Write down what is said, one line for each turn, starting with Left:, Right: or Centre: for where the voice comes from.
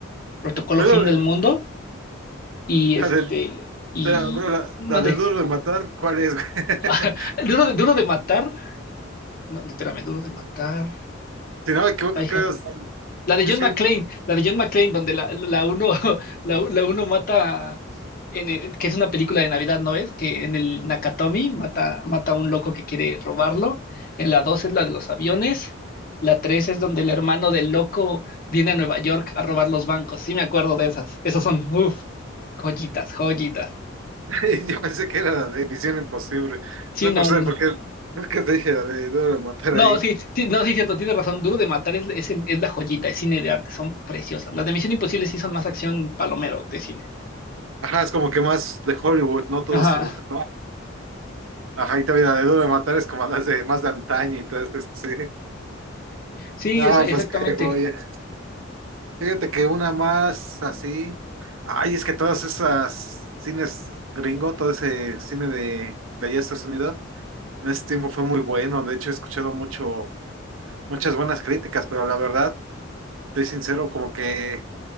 Left: Protocolo
Right: Duro
Left: Fin del Mundo
Right: de-
Left: y
Right: La
Left: este,
Right: de
Left: y
Right: Pero, bro, la,
Left: mande.
Right: la de Duro de Matar, ¿cuál es? güey? <laughs>
Left: <laughs> Duro de, duro de matar. No, no, espérame, duro de matar.
Right: Si no me equivoco,
Left: Die
Right: creo
Left: Hard.
Right: que es
Left: La de
Right: Misión
Left: John McClane, la de John McClane, donde la, la uno, <laughs> la, la uno mata, en el- que es una película de Navidad, ¿no es? Que en el Nakatomi mata, mata a un loco que quiere robarlo. En la dos es la de los aviones. La tres es donde el hermano del loco viene a Nueva York a robar los bancos. Sí, me acuerdo de esas. Esas son, uff, joyitas, joyitas.
Right: Imposible. <laughs> Yo pensé que era la de Misión Imposible.
Left: Sí,
Right: No
Left: no,
Right: por sé
Left: no, no.
Right: porque qué, creo que te dije la de Duro de Matar
Left: No,
Right: ahí.
Left: sí, sí, no, sí, cierto, tienes razón. Duro de matar es, es, el- es la joyita, es cine de arte, son preciosas. Las de Misión Imposible sí son más acción palomero de cine.
Right: Ajá, es como que más de Hollywood, no todo
Left: Ajá.
Right: su trabajo. Ajá, y también la de Duro de Matar es como las de más de antaño y todo esto, sí.
Left: Sí,
Right: No,
Left: esa, exactamente.
Right: pues qué joya. Fíjate que una más así. Ay, es que todas esas cines gringo, todo ese cine de, de allá de Estados Unidos. En ese tiempo fue muy bueno, de hecho he escuchado mucho, muchas buenas críticas, pero la verdad, estoy sincero, como que